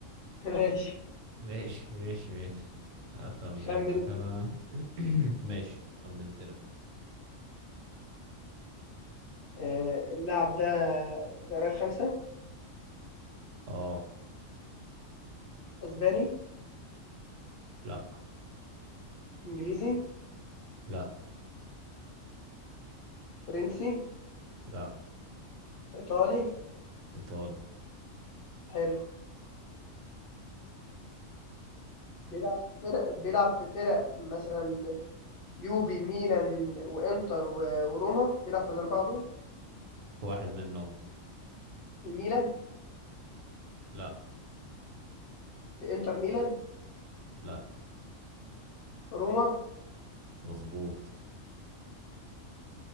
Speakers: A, on the left (about 55°); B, on the right (about 75°).
A: <laughs> ماشي
B: ماشي ماشي ماشي أخمنك
A: خمن
B: أنا <clears throat> ماشي خمنت لك
A: آه اللاعب ده دوريات خمسة
B: اه
A: أسباني
B: لا
A: إنجليزي
B: لا
A: فرنسي
B: لا
A: إيطالي
B: ايطالي
A: حلو بيلعب في فرق بيلعب في فرق مثلا يوفي ميلان وانتر و- وروما بيلعب في الاربعه دول
B: في واحد منهم
A: الميلان
B: لا
A: في انتر ميلان
B: لا
A: روما
B: مظبوط